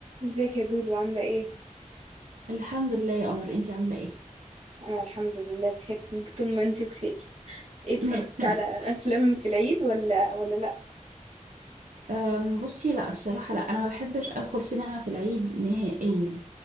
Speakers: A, on the right (about 50°); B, on the right (about 75°).
A: ازيك يا دودو عاملة ايه؟
B: الحمد لله يا قمر انتي عاملة ايه؟
A: أنا الحمد لله بخير كنت طول ما انتي بخير ايه اتفرجتي
B: <laughs>
A: على أفلام في العيد ولا ولا لأ؟
B: أم، بصي لا الصراحة لا انا ما بحبش ادخل سينما في العيد نهائيا